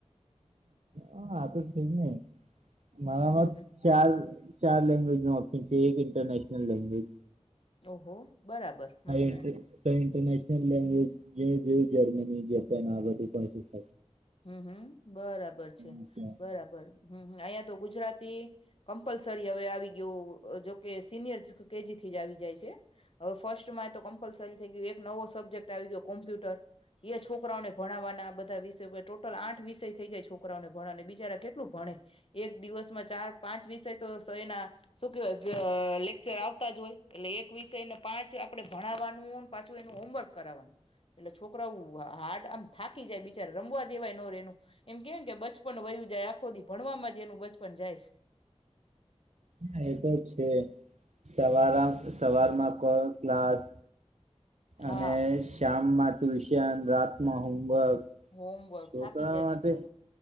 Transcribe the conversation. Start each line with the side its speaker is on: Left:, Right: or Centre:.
Right: <inaudible> <unintelligible> મારા
Left: હમ
Right: હાથ
Left: હમ
Right: ચાલ ચાલ... લેંગ્વેજ ના ઓપ્શન છે, એક ઇન્ટરનેશન લેંગવેજ.
Left: ઓહો. બરાબર, હ
Right: કઈ
Left: હ.
Right: ઇન્ટરનેશનલ લેંગ્વેજ, જે જર્મની, જપાન આ બધી પણ.
Left: હ હ, બરાબર
Right: શીખાશે
Left: છે, બરાબર, હ હ અહીંયા જ... ગુજરાતી કમ્પલસરી હવે આવી ગયું, જોકે સિનિયર કેજી થી જ આવી જાય છે, હવે... ફર્સ્ટમાં એ તો કમ્પલસરી થઈ ગયું. એક... નવો સબ્જેક્ટ આવી ગયો, કોમ્પ્યુટર એ છોકરાઓને ભણાવવાના બધા વિસ. ટોટલ આઠ વિષય થઈ જાય. છોકરાઓને ભણવાને બિચારા કેટલું ભણે એક દિવસમાં ચાર પાંચ વિષય તો એના શું કેવાય લેકચર આવતા જ હોય. એટલે એક વિષયને પાંચ આપડે ભણાવવાનું પાછું એનું હોમવર્ક કરાવવાનું. એટલે છોકરાઓ હાર્ડ આમ થાકી જાય. રમવા જેવાય ન રેણુ. એમ કેય ને બચપન વયુ જાય આખો દી, ભણવામાં જ એનું બચપન જાય છે.
Right: હા! એ તો છે. સવાર સવારમાં કો ક્લાસ.
Left: હા.
Right: અને શામમાં. ટ્યુશન રાતમાં હોમવર્ક
Left: હોમવર્ક
Right: છોકરા
Left: થાકી જાય
Right: માટે
Left: બિચારું